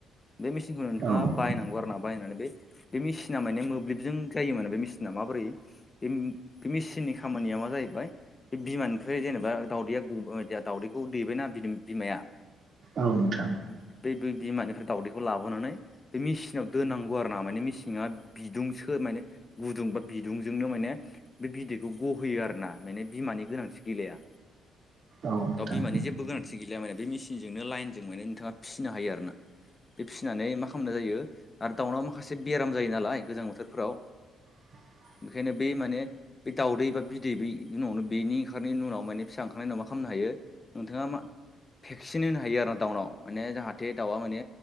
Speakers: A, on the left; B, on the right.
A: बे मेसिनखौ नोंथाङा
B: औ
A: बायनांगौ। बायनानै बे मेसिना मोब्लिबजों जायो माने बे मेसिना माबोरै बे मे मेसिननि खामानिया मा जाहैबाय बे बिमानिफ्राय जेनेबा दाउदैया गबाय दावदैखौ दैबायना बि बिमाया
B: औ नोथां
A: बे बे बिमानिफ्राय दावदैखौ लाबोनानै बे मिसिन नाव दोननांगौ आरो ना माने मेसिङा माने बिदुंसो माने गुदुं बा बिदुंजोंनो माने बे बिदैखौ गहोयो आरो ना माने बिमानि गोनांथि गैलाया।
B: औ नोथां
A: दाउ बिमानि जेबो गोनांथि गैलिया माने बे मेसिनजोंनो लाइनजों माने नोंथाङा फिसिनो हायो आरो ना। बे फिसिनानै मा खालामनाय जायो आरो दाउनाव माखासे बेराम जायो नालाय गोजां बोथोरफ्राव
B: <inaudible>
A: ओंखायनो बे माने बे दाावदै बा बिदै बै उनावनो बेनि ओंखारनायनि उनाव माने फिसा ओंखारनायनि उनाव मा खालामनो हायो। नोंथाङा मा भेक्सिन होनो हायो आरो ना दाउनाव माने जाहाथे दाउआ माने